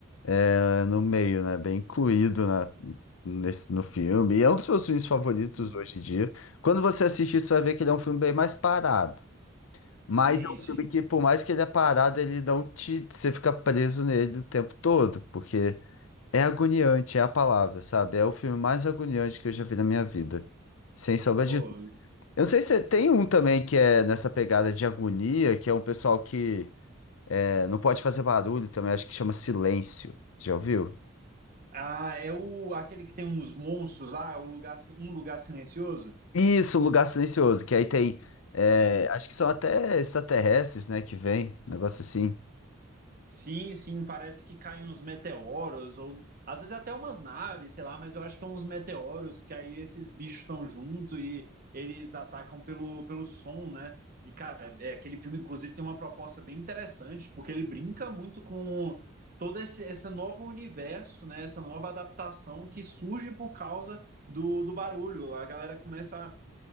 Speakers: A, on the left (about 85°); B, on the right (about 45°).
A: eh, no meio, né? Bem incluído na, nesse, no filme. E é um dos meus filmes favoritos
B: Sim.
A: hoje em dia. Quando você assistir, você vai ver que ele é um filme bem mais parado. Mas
B: Sim,
A: é um
B: sim.
A: filme que, por mais que ele é parado, ele não te. Você fica preso nele o tempo todo, porque é agoniante, é a palavra, sabe? É o filme mais agoniante que eu já vi na minha vida. Sem sombra
B: Pô,
A: de. Eu não sei se tem um também que é nessa pegada de agonia, que é um pessoal que é, não pode fazer barulho também, acho que chama Silêncio. Já ouviu?
B: Ah, é o aquele que tem uns monstros lá, é o lugar, um lugar silencioso?
A: Isso, um lugar silencioso, que aí tem. é, acho que são até extraterrestres, né, que vem, um negócio assim.
B: Sim, sim, parece que caem uns meteoros, ou às vezes até umas naves, sei lá, mas eu acho que é uns meteoros que aí esses bichos estão junto e eles atacam pelo, pelo som, né? E, cara, é, é, aquele filme, inclusive, tem uma proposta bem interessante, porque ele brinca muito com todo esse, esse novo universo, né? Essa nova adaptação que surge por causa do, do barulho. A galera começa